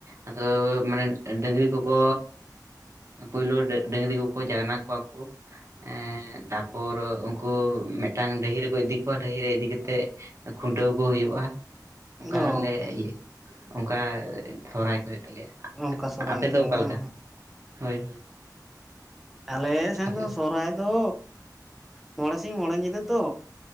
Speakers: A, on the right; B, in the centre.
A: ᱟᱫᱚ ᱢᱟᱱᱮ ᱰᱟᱹᱝᱨᱤ ᱠᱚᱠᱚ ᱯᱩᱭᱞᱳᱵᱟᱹ- ᱰᱟᱹᱝᱨᱤ ᱠᱚᱠᱚ ᱡᱟᱜᱱᱟ ᱠᱚᱣᱟ ᱠᱚ᱾ ᱮᱸ ᱛᱟᱯᱚᱨ ᱩᱱᱠᱩ ᱠᱩ ᱢᱤᱫᱴᱟᱝ ᱰᱟᱹᱦᱤ ᱨᱮᱠᱚ ᱤᱫᱤ ᱠᱚᱣᱟ ᱰᱟᱹᱦᱤ ᱨᱮ ᱤᱫᱤ ᱠᱮᱛᱮᱜ ᱠᱷᱩᱱᱴᱟᱹᱣᱠᱩ ᱦᱩᱭᱩᱜᱼᱟ᱾ ᱚᱝᱠᱟᱞᱮ
B: ᱚ
A: ᱤᱭᱟᱹᱜ ᱚᱝᱠᱟ ᱥᱚᱦᱨᱟᱭ ᱠᱚ ᱦᱳᱭᱳᱜ ᱛᱟᱞᱮᱭᱟ᱾
B: ᱚᱱᱠᱟ ᱥᱚᱦᱨᱟᱭ
A: ᱟᱯᱮ
B: ᱦᱩᱭᱩᱜ ᱛᱚᱵᱮ
A: ᱫᱚ ᱚᱠᱟᱞᱮᱠᱟ?
B: ᱵᱟᱝ
A: ᱦᱳᱭ ᱦᱳᱭ᱾
B: ᱟᱞᱮ ᱥᱮᱱ
A: ᱟᱯᱮ
B: ᱫᱚ ᱥᱚᱦᱨᱟᱭ ᱫᱚ ᱢᱚᱬᱮ ᱥᱤᱧ ᱢᱚᱬᱮ ᱧᱤᱫᱟᱹ ᱛᱚ᱾